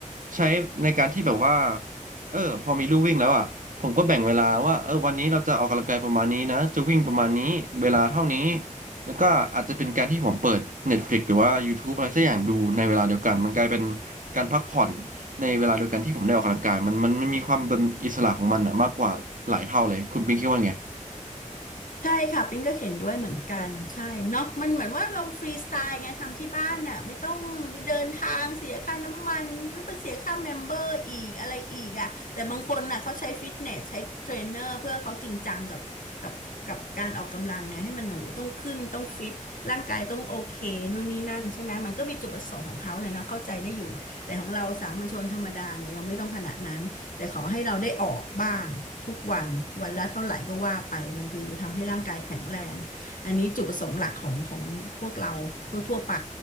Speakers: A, on the right; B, on the left.
A: ใช้ในการที่แบบว่า เออพอมีลู่วิ่งแล้วอ่ะผมก็แบ่งเวลาว่าเออวันนี้เราจะออกกำลังกายประมาณนี้นะจะวิ่งประมาณนี้เวลาเท่านี้แล้วก็อาจจะเป็นการที่ผมเปิด Netflix หรือว่า YouTube อะไรสักอย่างดูในเวลาเดียวกันมันกลายเป็นการพักผ่อนในเวลาเดียวกันที่ผมได้ออกกำลังกายมันมันมันมีความเป็นอิสระของมันอ่ะมากกว่าหลายเท่าเลยคุณปิ๊งคิดว่าไง
B: ใช่ค่ะปิ้งก็เห็นด้วยเหมือนกันใช่เนาะมันเหมือนว่าเราฟรีสไตล์ไงทำที่บ้านน่ะไม่ต้องไปเดินทางเสียค่าน้ำมันแล้วไปเสียค่าเมมเบอร์อีกอะไรอีกอ่ะแต่บางคนน่ะเขาใช้ฟิตเนสใช้เทรนเนอร์เพื่อเขาจริงจังกับกับกับการออกกำลังไงให้มันโหต้องขึ้นต้องฟิตร่างกายต้องโอเคนู่นนี่นั่นใช่ไหมมันก็มีจุดประสงค์ของเขาเลยนะเข้าใจได้อยู่แต่ของเราสามัญชนธรรมดาเนี่ยเราไม่ต้องขนาดนั้น แต่ขอให้เราได้ออกบ้างทุกวันวันละเท่าไหร่ก็ว่าไปมันคือทำให้ร่างกายแข็งแรงอันนี้จุดประสงค์หลักของของพวกเราทั่วๆไป